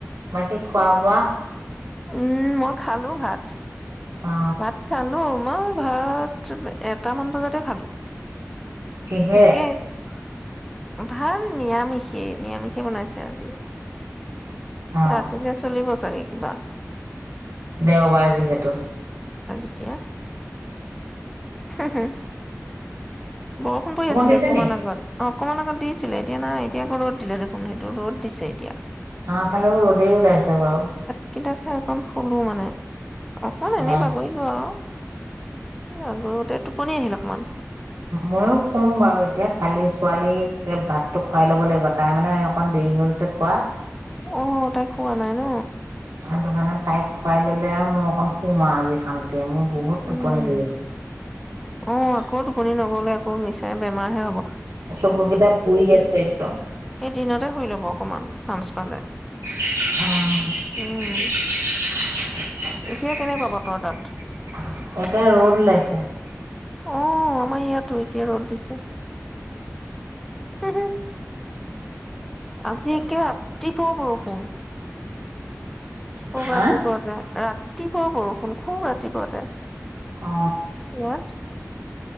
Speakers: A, on the right (about 85°); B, in the centre.
A: বাকী খোৱা বোৱা?
B: উম মই খালো ভাত।
A: অ
B: ভাত খালো। আমাৰ ভাত, এটা মান বজাতে খালো।
A: কিহেৰে
B: <unintelligible> ভাল নিৰামিষেই নিৰামিষেই বনাইছে আজি।
A: অ
B: ৰাতিলে চলিব। কিবা?
A: দেওবাৰ যিহেতু।
B: এতিয়া হুহু বৰষুণ পৰি আছিলে
A: দিছে
B: অকমান
A: নি
B: আগত। অ', অক'মান আগত দিছিলে, এতিয়া নাই, এতিয়া আকৌ ৰ'দ দিলে দেখোন। সেইটো, ৰ'দ দিছে এতিয়া।
A: আমাফালেও ৰ'দেই ওলাইছ বাৰু।
B: <unintelligible> শুলোঁ মানে, অকন এনে
A: অ',
B: বাগৰিলো আৰু। <unintelligible> টোপনি আহিল অকণমান
A: মইয়ো শুম বাৰু এতিয়া খালি ছোৱালী সে ভাতটো খুৱাই ল'ব লাগিব তাই মানে অকন দেৰি হল যে খোৱা
B: অহ তাই খোৱা নাই ন?
A: সেইটো কাৰণে তাইক খুৱাই ল'লে আৰু মই অকণ শুম আৰু আজি শান্তি এতিয়া মোৰ বহুত
B: উম
A: টোপনি ধৰিছে
B: অ আকৌ টোপনি নগ'লে আকৌ মিছাই বেমাৰহে হ'ব
A: চকু কেইটা পুৰি আছে একদম
B: এ দিনতে শুই লব অকমান চান্স পালে
A: আহ
B: উম
A: এতিয়া ৰ'দ
B: এতিয়া কেনেকুৱা বতৰ তাত
A: ওলাইছে
B: অ আমাৰ ইয়াতো এতিয়া ৰ'দ দিছে হম হ আজি একে ৰাতিপুৱা বৰষুণ
A: আহ
B: ৰাতিপুৱাতে ৰাতি ৰাতিপুৱা বৰষুণ খুব ৰাতিপুৱাতে
A: অ
B: ইয়াত